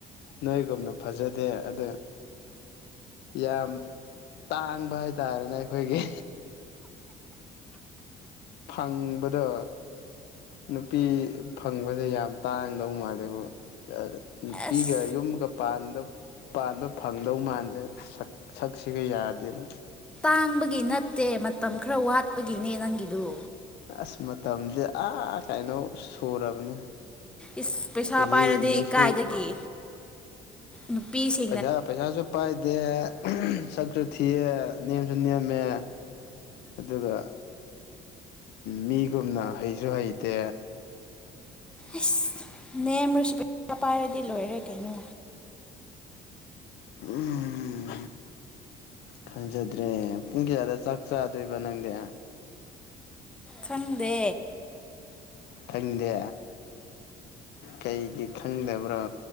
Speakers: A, on the left (about 80°); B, in the centre.
A: ꯅꯣꯏꯒꯨꯝꯅ ꯐꯖꯗꯦ ꯑꯗꯣ ꯌꯥꯝ ꯇꯥꯡꯕ ꯍꯥꯏꯇꯥꯔꯦꯅꯦ ꯑꯩꯈꯣꯏꯒꯤ ꯐꯪꯕꯗꯣ ꯅꯨꯄꯤ ꯐꯪꯕꯁꯦ ꯌꯥꯝ ꯇꯥꯡꯗꯧ ꯃꯥꯜꯂꯦꯕꯨ ꯅꯨꯄꯤꯒ
B: ꯑꯁ
A: ꯌꯨꯝꯒ ꯄꯥꯟꯗꯧ ꯄꯥꯟꯕ ꯐꯪꯗꯧ ꯃꯥꯟꯗꯦ ꯁꯛꯁꯤꯒ ꯌꯥꯗꯦꯕ
B: ꯇꯥꯡꯕꯒꯤ ꯅꯠꯇꯦ ꯃꯇꯝ ꯈꯔ ꯋꯥꯠꯄꯒꯤꯅꯦ ꯅꯪꯒꯤꯗꯨ
A: ꯑꯁ ꯃꯇꯝꯁꯦ ꯑꯥ ꯀꯩꯅꯣ ꯁꯨꯔꯕꯅꯦ
B: ꯏꯁ ꯄꯩꯁꯥ
A: ꯆꯍꯤ
B: ꯄꯥꯏꯔꯗꯤ
A: ꯅꯤꯐꯨ
B: ꯀꯥꯏꯗꯒꯤ ꯅꯨꯄꯤꯁꯤꯡ
A: ꯄꯩꯁꯥ ꯄꯩꯁꯥꯁꯨ ꯄꯥꯏꯗꯦ ꯁꯛꯁꯨ ꯊꯤꯌꯦ ꯅꯦꯝꯁꯨ ꯅꯦꯝꯃꯦ ꯑꯗꯨꯒ ꯃꯤꯒꯨꯝꯅ ꯍꯩꯁꯨ ꯍꯩꯇꯦ
B: ꯏꯁꯁ ꯅꯦꯝꯔꯁꯨ ꯄꯩꯁꯥ ꯄꯥꯏꯔꯗꯤ ꯂꯣꯏꯔꯦ ꯀꯩꯅꯣ
A: ꯎꯝ ꯈꯪꯖꯗ꯭ꯔꯦ ꯄꯨꯡ ꯀꯌꯥꯗ ꯆꯥꯛ ꯆꯥꯗꯣꯏꯕ ꯅꯪꯗꯤ
B: ꯈꯪꯗꯦ
A: ꯈꯪꯗꯦ ꯀꯩꯒꯤ ꯈꯪꯗꯕ꯭ꯔꯣ